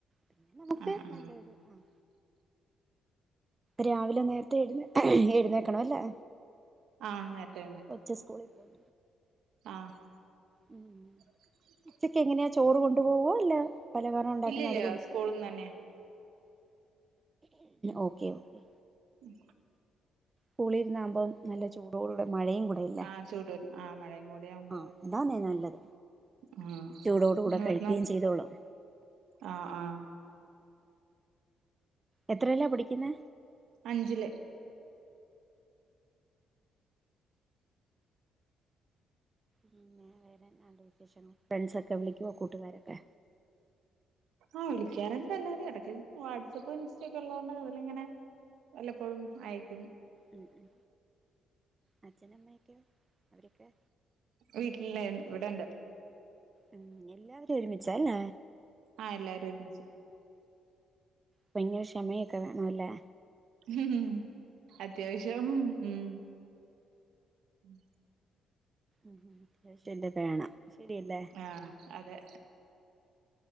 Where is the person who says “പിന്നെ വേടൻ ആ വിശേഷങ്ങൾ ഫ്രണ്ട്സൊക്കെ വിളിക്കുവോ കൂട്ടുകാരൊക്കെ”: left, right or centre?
Right